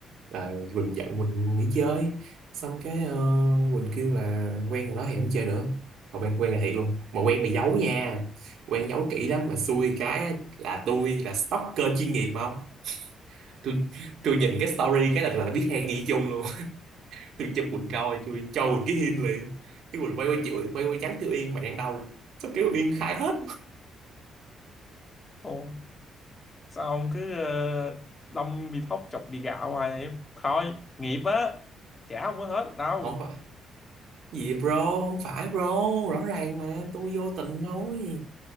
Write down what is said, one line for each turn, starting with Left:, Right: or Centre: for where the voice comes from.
Right: là Quỳnh giận Quỳnh nghỉ chơi xong cái ờ, Quỳnh kêu là quen rồi đó thì không chơi nữa mà quen quen là thiệt luôn mà quen bị giấu nha quen giấu kỹ lắm mà xui cái á, là tôi là stalker chuyên nghiệp mà không tôi tôi nhìn cái story cái là là biết hay nghi chung luôn tôi chụp quỳnh coi tôi cho quỳnh cái hin liền cái quỳnh quay qua chửi quay qua trắng tiêu yên mày đang đâu sao kiểu yên khai hết
Left: Ô, sao ông cứ ờ, đâm bị thóc chọc bị gạo hoài vậy? Thôi, nghiệp á. chả không có hết được đâu.
Right: không phải gì bro không phải bro rõ ràng mà tôi vô tình thôi